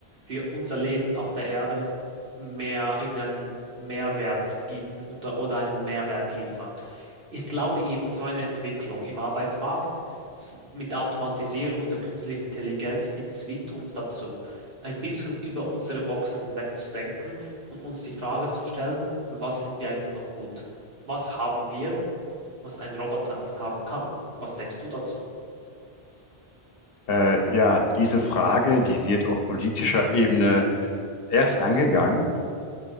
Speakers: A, on the right (about 60°); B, on the left (about 65°).
A: für unser Leben auf der Erde mehr irgendeinen Mehrwert bieten und, oder einen Mehrwert liefern? Ich glaube eben, so eine Entwicklung im Arbeitsmarkt s- mit der Automatisierung und der künstlichen Intelligenz, die zwingt uns dazu, ein bisschen über unsere Boxen hinweg zu denken und uns die Frage zu stellen, für was sind wir eigentlich noch gut? Was haben wir, was ein Roboter nicht haben kann? Was denkst du dazu?
B: Äh, ja, diese Frage, die wird auf politischer Ebene erst angegangen,